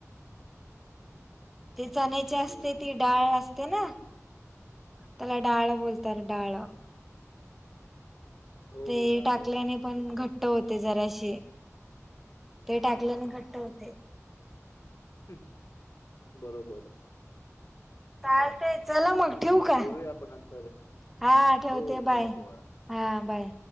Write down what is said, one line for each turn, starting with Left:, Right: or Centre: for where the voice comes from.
Centre: ती चण्यायचे असते
Left: की
Centre: ती. डाळ असते ना त्याला डाळ बोलतात डाळ.
Left: हो,
Centre: ते
Left: डाळ
Centre: टाकल्याने पण
Left: बरोबर,
Centre: घट घट्ट होते जराशी. ते टाकल्याने घट्ट होते.
Left: हम्म बरोबर.
Centre: चालते चला मग ठेवू का?
Left: बोलूया आपण नंतर.
Centre: हा ठेवते
Left: हो, ठेवा,
Centre: बाय.
Left: ठेवा.
Centre: हा बाय.